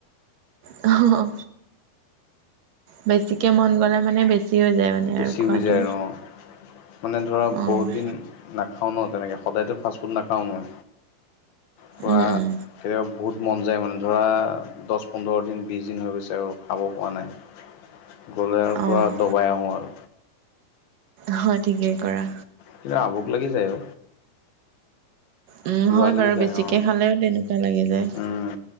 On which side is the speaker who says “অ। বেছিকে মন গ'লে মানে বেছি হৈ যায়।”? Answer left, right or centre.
Right